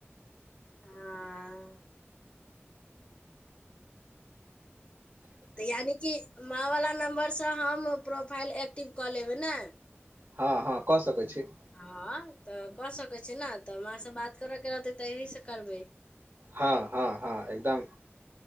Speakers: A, on the left; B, on the right.
A: आ ए तऽ यानि कि माँ वला नम्बर सँ हम प्रोफाइल एक्टिव कऽ लैबेई ने।
B: हँ हँ कऽ सकैत छी
A: हँ तऽ कऽ सकैत छी ने तऽ माँ सँ बात करय के रहतै तऽ एहि सँ करबैइ
B: हँ- हँ- हँ एकदम